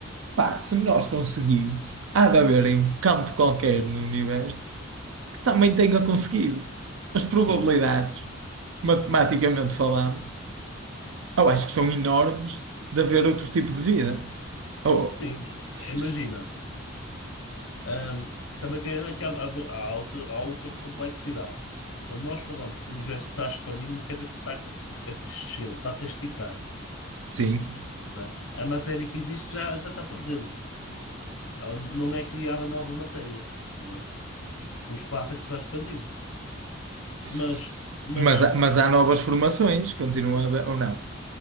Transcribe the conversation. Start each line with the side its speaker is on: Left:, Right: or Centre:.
Right: Pá, se nós conseguimos, há de haver aí um canto qualquer no universo que também tenha conseguido. As probabilidades,
Left: Sim.
Right: matematicamente falando, eu acho que são enormes de haver outro tipo de vida. Ou,
Left: Sim,
Right: s-
Left: imagina.
Right: s-
Left: Ahm, também tem aqui há, há, há outra, há outra complexidade. Quando nós falamos que o universo está expandindo, não quer dizer que ele está a crescer, ele está a se esticar.
Right: sim.
Left: né? A matéria que existe já, já está presente. Ela não é criada nova matéria, né? O espaço é que se vai expandindo.
Right: S-
Left: Mas, mas
Right: Mas, há- mas há novas formações, continua a haver, ou não?